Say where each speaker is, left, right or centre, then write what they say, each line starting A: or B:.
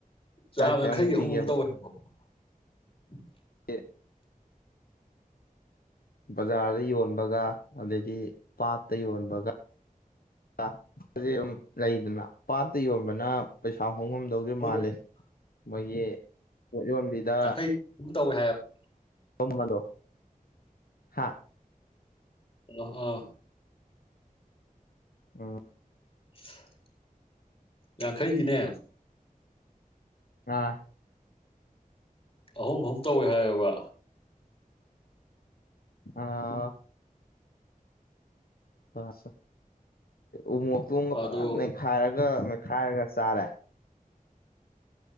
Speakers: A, on the left; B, on the left.
A: ꯆꯥꯝꯃ
B: ꯀꯌꯥ ꯀꯌꯥꯃꯨꯛ
A: ꯌꯥꯡꯈꯩꯒꯤ ꯑꯍꯨꯝ
B: ꯄꯤꯒꯦꯕ
A: ꯑꯍꯨꯝ ꯇꯧꯋꯦ <inaudible> <unintelligible>
B: <unintelligible> ꯕꯖꯥꯔꯗ ꯌꯣꯟꯕꯒ ꯑꯗꯩ ꯄꯥꯠꯇ ꯌꯣꯟꯕꯒ <unintelligible> ꯂꯩꯗꯅ ꯄꯥꯠ ꯇ ꯌꯣꯟꯕꯅ ꯄꯩꯁꯥ ꯍꯣꯡꯉꯝꯗꯧꯗꯤ
A: ꯃꯣꯏ
B: ꯃꯥꯜꯂꯤ ꯃꯣꯏꯒꯤ ꯄꯣꯠ ꯌꯣꯟꯕꯤꯗ
A: ꯇꯈꯩ <inaudible> ꯇꯧꯋꯦ ꯍꯥꯏ <unintelligible>
B: <unintelligible> ꯍꯥ
A: ꯑ
B: ꯑ
A: <unintelligible> ꯌꯥꯡꯈꯩꯒꯤꯅꯦ
B: ꯑꯥ
A: ꯑꯍꯨꯝ ꯑꯍꯨꯝ ꯇꯧꯋꯦ ꯍꯥꯏꯑꯕ
B: ꯑꯥ <unintelligible> ꯎ ꯃꯣꯛ ꯇꯨꯝꯒ
A: ꯑꯗꯣ
B: ꯐꯖꯟꯅ ꯅꯩꯈꯥꯏꯔ ꯃꯦꯠꯈꯥꯏꯔꯒ ꯆꯥꯔꯦ